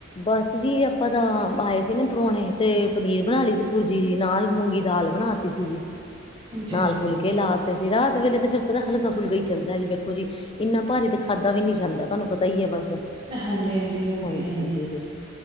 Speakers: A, on the left; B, on the right.
A: ਬਸ ਜੀ ਆਪਾਂ ਤਾਂ ਆਏ ਸੀ ਨਾ ਪਰੋਣੇ ਤੇ ਪਨੀਰ ਬਣਾ ਲਈ ਸੀ ਭੁਰਜੀ ਜੀ ਨਾਲ ਮੂੰਗੀ ਦਾਲ। ਬਣਾ ਤੀ ਸੀ ਜੀ
B: ਅੱਛਾ
A: ਨਾਲ
B: ਜੀ।
A: ਫੁਲਕੇ ਲਾ ਤੇ ਸੀ ਰਾਤ ਵੇਲੇ ਫਿਰ ਪਤਾ ਹਲਕਾ ਫੁਲਕਾ ਈ ਚੱਲਦਾ ਜੀ ਵੇਖੋ ਜੀ। ਇੰਨਾ ਭਾਰੀ ਤੇ ਖਾਧਾ ਵੀ ਨੀ ਜਾਂਦਾ ਤੁਹਾਨੂੰ ਪਤਾ ਈ ਐ ਬਸ।
B: ਹਾਂਜੀ-ਹਾਂਜੀ ਓ
A: ਹਾਂਜੀ
B: ਤੇ ਹੈ ਹੀ
A: ਹਾਂਜੀ
B: ਐ।